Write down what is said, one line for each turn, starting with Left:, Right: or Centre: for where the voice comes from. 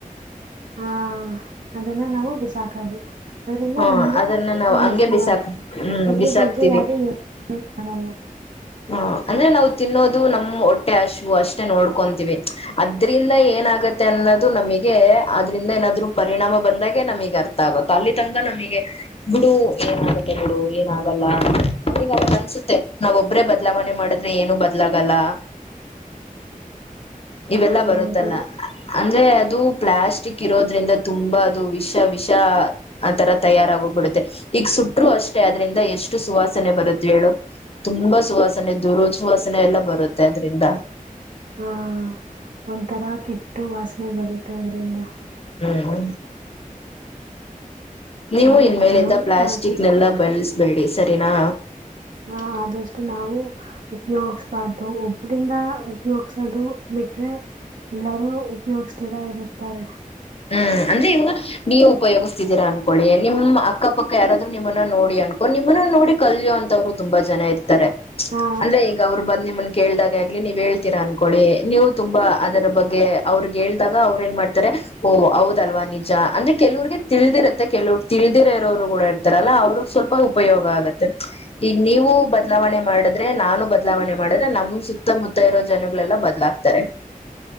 Right: ಹಾ ಅದನ್ನ ನಾವು ಬಿಸಾಕದು. ಅದ್ರಿಂದ
Left: ಹ್ಮ
Right: ನಮ್ಗೆ
Left: ಅದನ್ನ ನಾವು
Right: ಸಮಸ್ಯೆ
Left: ಹಂಗೆ ಬಿಸಾಕ್
Right: ಆಗ
Left: ಹ್ಮ್
Right: ಅದ್ರ
Left: ಬಿಸಾಕ್ತಿವಿ.
Right: ಬಗ್ಗೆ ಯಾರು ಯೋಚನೆ ಮಾಡಲ್ಲ
Left: ಹ ಅಂದ್ರೆ ನಾವು ತಿನ್ನೋದು ನಮ್ ಹೊಟ್ಟೆ ಹಶುವು ಅಷ್ಟೇ ನೋಡ್ಕೊಂತೀವಿ ಅದ್ರಿಂದ ಏನಾಗತ್ತೆ ಅನ್ನೋದು ನಮಗೆ ಅದ್ರಿಂದ ಏನಾದ್ರು ಪರಿಣಾಮ ಬಂದಾಗೆ ನಮಗ್ ಅರ್ಥ ಆಗುತ್ತ ಅಲ್ಲಿ ತನಕಾ ನಮಗೆ ಬಿಡು ಏನಾಗತ್ತೆ ಬಿಡು ಏನಾಗಲ್ಲ ನಮಗ್ ಅವಗ ಅನ್ಸುತ್ತೆ ನಾವ್ ಒಬ್ಬ್ರೇ ಬದ ಬದ್ಲಾವಣೆ ಮಾಡಿದ್ರೆ ಏನು ಬದ್ಲಾಗಲ್ಲ.
Right: ಹ
Left: ಇವೆಲ್ಲಾ ಬರುತ್ತಲ್ಲ.
Right: ಹೌದು
Left: ಅಂದ್ರೆ ಅದು ಪ್ಲಾಸ್ಟಿಕ್ ಇರೋದ್ರಿಂದ ತುಂಬಾ ಅದು ವಿಷ ವಿಷ ಆ ತರ ತಯಾರಾಗೋಗ್ಬಿಡುತ್ತೆ ಈಗ ಸುಟ್ಟರು ಅಷ್ಟೇ ಅದ್ರಿಂದ ಎಷ್ಟು ಸುವಾಸನೆ ಬರುತ್ತೆ ಹೇಳು ತುಂಬಾ ಸುವಾಸ ನೆ ದುರು ಸುವಾಸನೆ ಎಲ್ಲಾ ಬರುತ್ತೆ ಅದ್ರಿಂದ..
Right: ಹಾ ಒಂಥರ ಕೆಟ್ಟ ವಾಸನೆ ಬರುತ್ತೆ ಆದ್ರಿಂದ
Left: ಹ್ಮ ನೀವು
Right: ಅದೇ
Left: ಇನ್ ಮೇಲಿಂದ
Right: ನಾವು
Left: ಪ್ಲಾಸ್ಟಿಕ್ನೆಲ್ಲ
Right: ಆದಷ್ಟು
Left: ಬೆಳಸ್ಬೇಡಿ. ಸರಿನಾ.
Right: ಹಾ ಆದಷ್ಟು ನಾವು ಉಪ್ಯಯೋಗಸ್ಬಾರ್ದು ಒಬ್ಬರಿಂದ ಉಪಯೋಗ್ಸದು ಬಿಟ್ರೆ ಎಲ್ಲರೂ ಉಪಯೋಗಸ್ದಿರಾ ಎಲ್ಲರೂ ಇರುತ್ತಾರೆ.
Left: ಹ್ಮ್ ಅಂದ್ರೆ ಇವಾಗ ನೀವು ಉಪಯೋಗಿಸ್ತಿದೀರಾ ಅನ್ಕೊಳ್ಳಿ ನಿಮ್ಮ್ ಅಕ್ಕಪಕ್ಕ ಯಾರಾದ್ರು ನಿಮ್ಮನ್ನ ನೋಡಿ ಅನ್ಕೊಂಡ ನಿಮ್ಮನ್ನ ನೋಡಿ ಕಲ್ಯೋ ಅಂತವ್ರು ತುಂಬಾ ಜನ ಇರ್ತಾರೆ.
Right: ಹಾ
Left: ಅಂದ್ರೆ ಈಗ ಅವ್ರ್ ಬಂದ್ ನಿಮನ್ ಕೇಳ್ದಾಗೆ ಆಗ್ಲಿ ನೀವ್ ಹೇಳ್ತೀರಾ ಅನ್ಕೊಳಿ ನೀವ್ ತುಂಬಾ ಅದರ ಬಗ್ಗೆ ಅವ್ರ್ ಗೆಳ್ದಾಗ ಅವ್ರ್ ಏನ್ ಮಾಡ್ತಾರೆ. ಓ ಹೌದಲ್ವಾ ನಿಜ ಅಂದ್ರೆ ಕೆವುವ್ರಗೆ ತಿಳ್ದಿರತ್ತೆ ಕೆಲವ ತಿಳ್ದಿರ ಇರೋರು ಕೂಡ ಇರ್ತಾರಲ್ಲ ಅವ್ರಗ್ ಸ್ವಲ್ಪ ಉಪಯೋಗ ಆಗತ್ತೆ ಈಗ ನೀವು ಬದ್ಲಾವಣೆ ಮಾಡಿದ್ರೆ ನಾನು ಬದ್ಲಾವಣೆ ಮಾಡಿದ್ರೆ ನಮ್ ಸುತ್ತಮುತ್ತ ಇರೋ ಜನಗಳೆಲ್ಲ ಬದ್ಲಾಗ್ತಾರೆ.